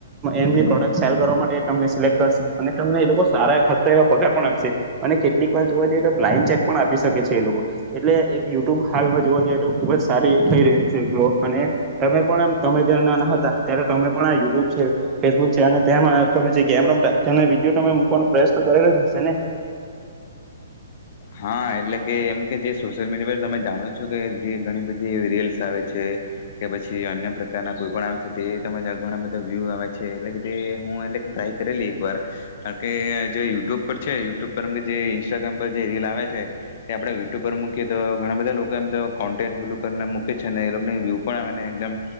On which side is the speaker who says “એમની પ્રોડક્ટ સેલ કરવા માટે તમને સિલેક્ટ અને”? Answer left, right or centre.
Right